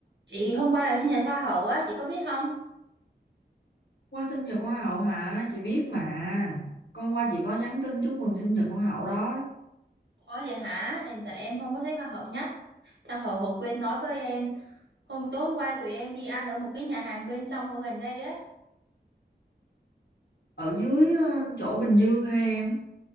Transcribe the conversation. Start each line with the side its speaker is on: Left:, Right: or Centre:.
Right: Chị hôm qua là sinh nhật hoa hậu á, chị có biết không?
Left: Qua sinh nhật hoa hậu hả? Chị biết mà. Con qua chị có nhắn tin chúc mừng sinh nhật hoa hậu đó.
Right: Ủa vậy hả? Em tại em không có thấy hoa hậu nhắc. Chắc hậu hậu quên nói với em. Hôm tối hôm qua tụi em đi ăn ở một cái nhà hàng bên sông ở gần đây á.
Left: Ở dưới ờ, chỗ Bình Dương ha em.